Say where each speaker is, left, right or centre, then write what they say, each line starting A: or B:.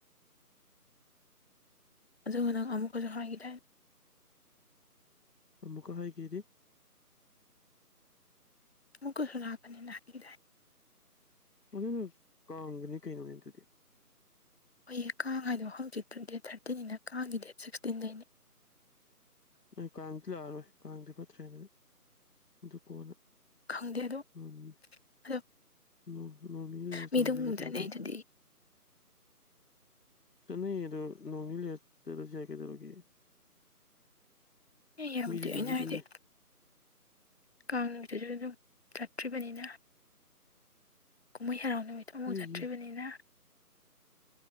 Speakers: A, on the left; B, on the left.
A: ꯑꯗꯨꯒ ꯅꯪ ꯑꯃꯨꯛꯀꯁꯨ ꯍꯥꯏꯈꯤ ꯗꯥꯏ
B: ꯑꯃꯨꯛꯀꯥ ꯍꯥꯏꯒꯤꯗꯤ
A: ꯑꯃꯨꯛꯀꯥꯖꯨ ꯂꯥꯛꯀꯥꯅꯤꯅ ꯍꯥꯏꯒꯤꯗꯥꯏ
B: ꯑꯗꯨꯅ ꯀꯥꯡꯗꯒꯤꯅꯦ ꯀꯩꯅꯣ ꯑꯗꯨꯗꯤ
A: ꯍꯣꯌꯦ ꯀꯥꯡ ꯍꯥꯏꯗꯣ ꯍꯪꯆꯤꯠ ꯊꯥꯔꯇꯤꯟꯅꯤꯅ ꯀꯥꯡꯒꯤ ꯗꯦꯠ ꯁꯤꯛꯁꯇꯤꯟꯗꯩꯅꯤ
B: ꯅꯣꯏ ꯀꯥꯡꯗꯤ ꯂꯥꯛꯑꯔꯣꯏ ꯀꯥꯡꯗꯤ ꯐꯠꯇ꯭ꯔꯦ ꯃꯤꯅꯠ ꯑꯗꯨ ꯀꯣꯟꯅ
A: ꯈꯪꯗꯦ ꯑꯗꯣ
B: ꯅꯣꯡꯅꯤ-ꯅꯣꯡ-ꯅꯣꯡꯅꯤ
A: ꯑꯗꯣ
B: ꯂꯩꯔꯥ ꯆꯠꯂꯨꯁꯦ
A: ꯃꯤꯗꯨꯝ
B: ꯀꯩꯗꯧꯔꯒꯦ
A: ꯆꯠꯅꯩ ꯑꯗꯨꯗꯤ
B: ꯆꯠꯅꯩꯌꯦ ꯑꯗꯨ ꯅꯣꯡ ꯅꯤ ꯂꯩꯔꯥ ꯆꯠꯂꯥꯁꯨ ꯌꯥꯏ ꯀꯩꯗꯧꯔꯒꯦ
A: ꯑꯦ ꯌꯥꯝꯗꯤꯦ
B: ꯃꯤꯗꯤ ꯆꯤꯟꯗꯤ
A: ꯑꯩꯅ ꯍꯥꯏꯗꯤ
B: ꯆꯤꯟꯅꯤ
A: ꯀꯥꯡ ꯅꯨꯡꯁꯤꯁꯨ ꯑꯗꯨꯝ ꯆꯠꯇ꯭ꯔꯤꯕꯅꯤꯅ ꯀꯨꯝꯩ ꯍꯔꯥꯎꯅꯕꯇ ꯃꯖꯥꯗ꯭ꯔꯤꯕꯅꯤꯅ
B: ꯃꯤꯒꯤ